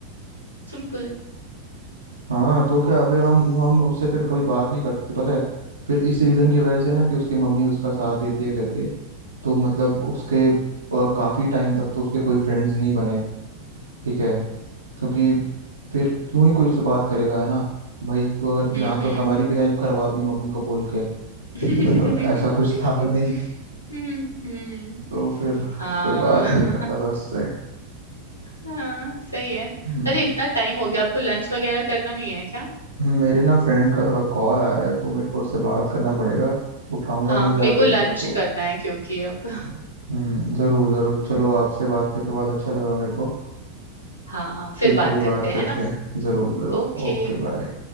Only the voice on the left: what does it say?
सिंपल
हम्म
हम्म
<laughs> हम्म हम्म
हाँ
<laughs>
हाँ सही है
अरे इतना टाइम हो गया आपको लंच वगैरह करना नहीं है क्या
हाँ
मेरे को लंच
करना है क्योंकि अब
हाँ हाँ फिर
बात
करते हैं
ना
ओके